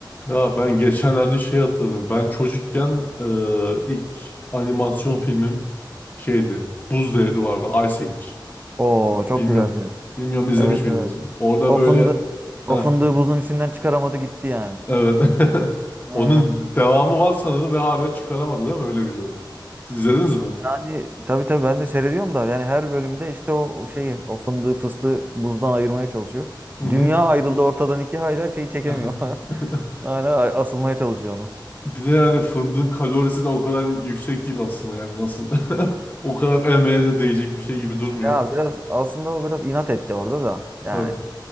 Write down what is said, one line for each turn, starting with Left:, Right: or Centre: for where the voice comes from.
Left: Ya ben geçenlerde şey hatırladım. Ben çocukken e, ilk animasyon filmim şeydi. Buz Devri vardı. Ice Age.
Right: Oo
Left: Yok,
Right: çok
Left: Bilmiyorum.
Right: güzel film.
Left: Bilmiyorum izlemiş
Right: Evet
Left: miydiniz?
Right: evet.
Left: Orada
Right: O
Left: böyle
Right: fındığı, o
Left: Heh,
Right: fındığı buzun içinden çıkaramadı gitti yani.
Left: evet. <laughs>
Right: Ee,
Left: Onun devamı var sanırım ve hala çıkaramadı değil mi? Öyle biliyorum. Siz izlediniz mi?
Right: yani tabii tabii ben de seyrediyorum da yani her bölümde işte o, o şeyi o fındığı fıstığı buzdan ayırmaya çalışıyor.
Left: Hı hı.
Right: Dünya ayrıldı ortadan iki hala şeyi çekemiyor.
Left: <laughs>
Right: <laughs> Hala a- asılmaya çalışıyor onu.
Left: Bir de yani fındığın kalorisi de o kadar yüksek değil aslında yani nasıl <laughs> o kadar emeğe de değecek bir şey gibi durmuyor.
Right: Ya biraz aslında o biraz inat etti orada da yani.
Left: Tabii.